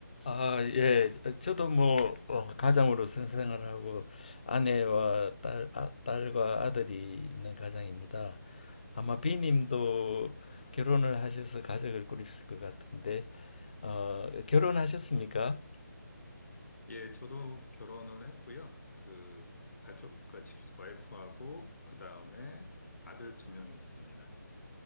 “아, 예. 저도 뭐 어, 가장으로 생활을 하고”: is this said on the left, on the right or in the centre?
Left